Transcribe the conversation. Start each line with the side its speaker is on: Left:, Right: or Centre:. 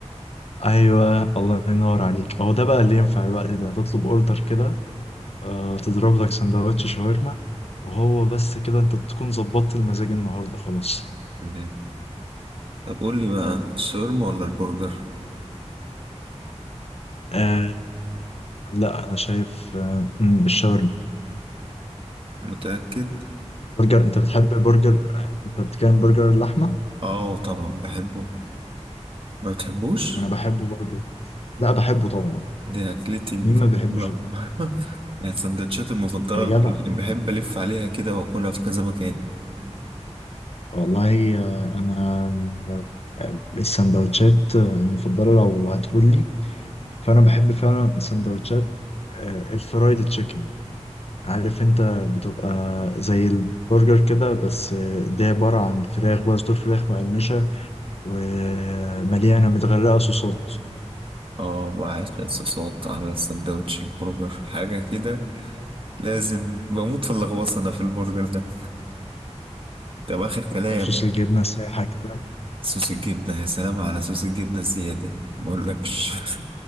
Left: أيوه الله ينور عليك هو ده بقى اللي ينفع الوقت ده تطلب أوردر كده آه، تضرب لك سندوتش شاورما وهو بس كده أنت تكون ظبطت المزاج النهاردة خلاص
Right: تمام. طب قول لي بقى الشاورما ولا البرجر
Left: آه لا أنا شايف آه مم، الشاورما
Right: متأكد؟
Left: برجر انت بتحب برجر انت بتكلم برجر اللحمه
Right: اه طبعا بحبه ما بتحبوش؟
Left: انا بحبه برضو لا بحبه طبعا
Right: دي أكلتي المفضلة
Left: مين ما بيحبش البرجر؟
Right: <laughs> يعني السندوتشات المفضلة
Left: يا جدع
Right: اللي بحب ألف عليها كده وأكلها في كذا مكان
Left: والله آه، انا آه، السندوتشات آه، المفضله لو هتقول لي فانا بحب فعلا السندوتشات آه، الفرايد تشيكن عارف انت بتبقى زي البرجر كده بس آه، ده عباره عن فراخ بقى صدور فراخ مقرمشه ومليانه متغرقه صوصات
Right: اه وعيش صوصات على السندوتش البرجر حاجة كده لازم بموت في اللغوصة أنا في البرجر ده طب آخر كلام
Left: صوص الجبنه سايحه كده
Right: صوص الجبنة يا سلام على صوص الجبنة الزيادة ما أقولكش <laughs>